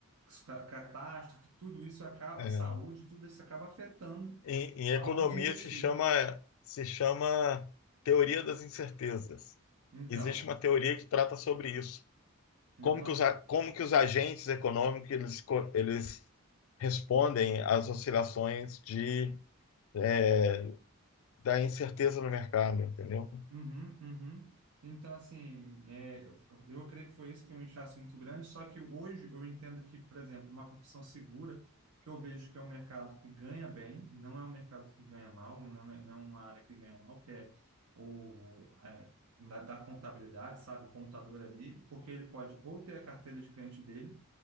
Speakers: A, on the right; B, on the left.
A: ca- catástrofe, tudo isso acaba,
B: é.
A: saúde, tudo isso acaba afetando
B: Em, em
A: aonde
B: economia
A: investir,
B: se chama,
A: né?
B: se chama teoria das incertezas.
A: Então,
B: Existe uma teoria que trata sobre isso.
A: então
B: Como que os, a- como que os agentes econômicos eles, co- eles respondem às oscilações de, é, da incerteza no mercado, entendeu?
A: Uhum, uhum. Então, assim, é, eu, eu creio que foi isso, foi um inchaço muito grande, só que hoje eu entendo que, por exemplo, uma profissão segura, que eu vejo que é um mercado que ganha bem, não é um mercado que ganha mal, não é, não é uma área que ganha mal, que é o, é, da, da contabilidade, sabe, o contador ali, porque ele pode ou ter a carteira de cliente dele,